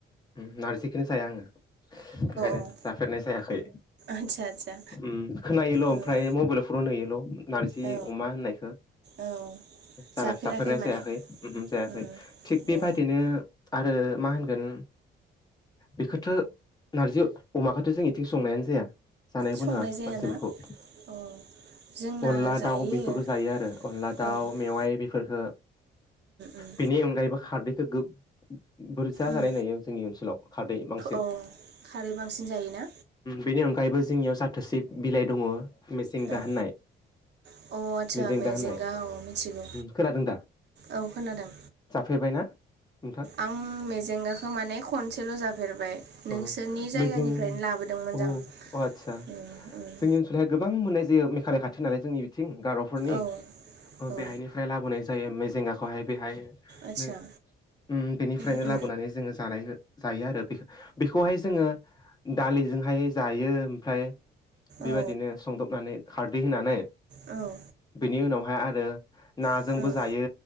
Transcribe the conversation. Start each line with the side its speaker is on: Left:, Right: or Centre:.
Left: उम नारजिकिनि जाया आङो बेखायनो
Right: औ
Left: जाफेरनाय जायाखै
Right: आदसा आदसा
Left: उम खोनायोल' ओमफ्राय
Right: उम
Left: मबाइलाव फुरुनहयोल' नार्जि
Right: औ
Left: अमा होननायखौ
Right: औ
Left: जाना
Right: जाफेराखै
Left: फिसाफोरनाय
Right: माने
Left: ओमहो जायाखै
Right: उम
Left: थिग बेबायदिनो
Right: अ
Left: आरो मा होनगोन बेखौथ' नारजि अमाखौथ' जों इथिं संनायानो जाया जानायबो
Right: संनाय
Left: नोवा
Right: जायाना
Left: मानसिफोरखौ
Right: अ जोंना
Left: अनला
Right: जायो
Left: दाउ बेफोरखौ जायो आरो अनला
Right: औ
Left: दाउ
Right: उम
Left: मेवाइ बेफोरफोरखो
Right: उम
Left: बेनि अनगायैबो खारदैखौ गो बुरजा
Right: उम
Left: जानाय नुयो जोंनि ओनसोलाव खारदै बांसिन
Right: अ खारै बांसिन जायोना
Left: बेनि अनगायैबो जोंनियाव जाथोसि बिलाइ दङ मिसेंगा
Right: औ
Left: होननाय।
Right: अ आदसा
Left: मिजेंगा
Right: मेजेंगा
Left: होननाय
Right: औ मिथिगौ
Left: खोनादों दा?
Right: औ खोनादों।
Left: जाफैबाय ना नोंथां?
Right: आं मेजेंगाखौ माने खनसेल' जाफेरबाय। नोंसोरनि
Left: अ
Right: जायगानिफ्रायनो
Left: मिजिं
Right: लाबोदोंमोन
Left: औ
Right: जां
Left: आतसा।
Right: उम उम
Left: जोंनि ओनसोलावहाय गोबां मोननाय जायो मेघालय खाथि नालाय जोंनि बिथिं गार'फोरनि।
Right: औ
Left: बेहायनिफ्राय
Right: औ
Left: लाबोनाय जायो मेजेंगाखौहाय बेहाय
Right: आदसा
Left: नो उम बिनिफ्रायनो
Right: उम
Left: लाबोनानै जोङो जानाय जायो आरो बेख-बेखौहाय जोङो दालिजोंहाय जायो ओमफ्राय बेबायदिनो
Right: औ
Left: संदबनानै खारदै होनानै
Right: औ।
Left: बेनि उनावहाय आरो नाजोंबो
Right: उम
Left: जायो